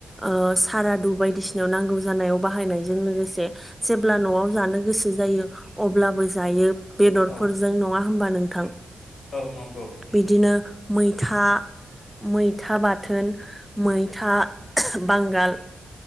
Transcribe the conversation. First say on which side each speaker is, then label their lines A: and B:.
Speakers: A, in the centre; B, on the left.
A: ओ सारादु बायदिसिनााव नांगौ जानायाव बाहायनायजों लोगोसे जेब्ला न'आव जानो गोसो जायो अब्लाबो जायो। बेदरफोरजों
B: औ
A: नङा होमबा नोंथां
B: औ नंगौ
A: बिदिनो मैथा मैथा बाथोन मैथा बांगाल